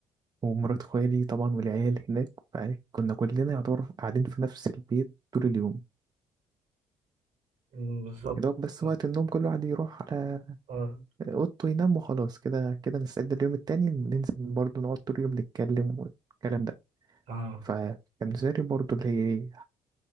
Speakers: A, on the right; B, on the right.
A: ومرات خوالي طبعا والعيال هناك فكنا كلنا يعتبر قاعدين في نفس البيت طول اليوم
B: مم، بالظبط
A: يا دوب بس
B: اه
A: وقت النوم كل واحد يروح على
B: اه
A: أوضته ينام وخلاص كده كده نستعد اليوم التاني ننزل برضه نقعد طول اليوم نتكلم والكلام ده
B: آه.
A: فكان بالنسبة لي برضه اللي هي إيه،